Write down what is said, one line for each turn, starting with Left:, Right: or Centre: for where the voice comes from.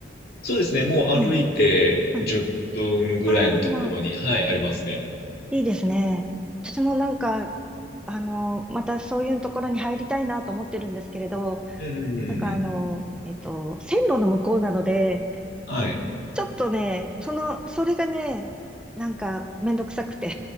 Left: そうですね。もう歩いて10分ぐらいのところに、
Centre: うん。うん。ああ、
Left: はい、ありますね。
Centre: いいですね。私もなんか、あの、またそういうところに入りたいなと思ってるんですけれど、
Left: うんうんうんうん。
Centre: なんかあの、えっと、線路の向こうなので、
Left: はい。
Centre: ちょっとね、その、それがね、なんかめんどくさくて